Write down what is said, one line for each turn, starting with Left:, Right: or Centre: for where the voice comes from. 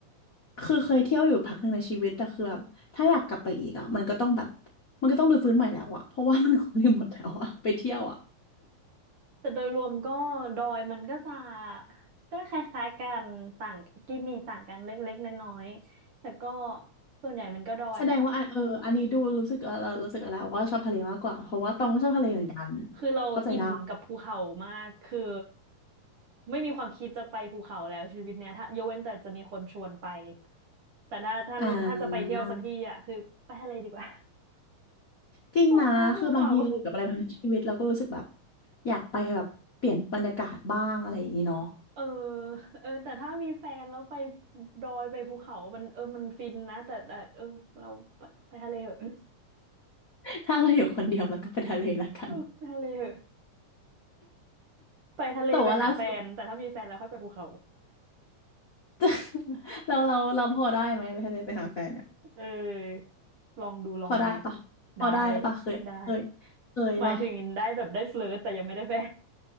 Left: คือเคยเที่ยวอยู่พักหนึ่งในชีวิตแต่คือแบบถ้าอยากกลับไปอีกอ่ะมันก็ต้องแบบมันก็ต้องรื้อฟื้นใหม่แล้วอ่ะเพราะว่ามัน <laughs> คงลืมหมดแล้วอ่ะไปเที่ยวอ่ะ
Right: แต่โดยรวมก็ดอยมันก็จะก็คล้ายๆกันต่างกิมมีต่างกันเล็กๆน้อยๆแต่ก็ส่วนใหญ่มันก็ดอยแหล
Left: แสดงว่าอันเอออันนี้ดูรู้สึกว่าเรารู้สึกแล้วว่าชอบทะเลมากกว่าเพราะว่าตองก็ชอบทะเลเหมือนกัน
Right: ะ คือเราอิ่มกับภูเขามากคือ
Left: เข้าใจได้
Right: ไม่มีความคิดจะไปภูเขาแล้วชีวิตเนี้ยถ้ายกเว้นแต่จะมีคนชวนไป แต่ถ้าถ้าถ้าจะไปเที่ยวสักที่อ่ะคือไปทะเลดีกว่า
Left: อ่าจริงนะคือบางทีเราอยู่กับอะไรทั้งชีวิตเราก็รู้สึกแบบ
Right: <laughs> พอแล้วภูเขา
Left: อยากไปแบบเปลี่ยนบรรยากาศบ้างอะไรอย่างนี้เนาะ
Right: เออเออแต่ถ้ามีแฟนแล้วไปดอยไปภูเขามันเออมันฟินนะแต่แต่เออเราไปไปทะเลเหอะ <laughs>
Left: <laughs> ถ้าเราอยู่คนเดียวเราก็ไปทะเลละกัน
Right: เออไปทะเลเหอะไปทะเลไปหาแฟนแต่ถ้ามีแฟนแล้วค่อยไปภูเขา
Left: แต่ว่าล่าสุด <laughs> เราเราเราพอได้ไหมไปทะเลไปหาแฟนเนี่ย
Right: เออลองดูลองดู
Left: พอได้ปะพอได้ปะเคยเคย
Right: ได้ได้
Left: เคยปะ
Right: หมายถึงได้แบบได้เฟลิร์ตแต่ยังไม่ได้แฟน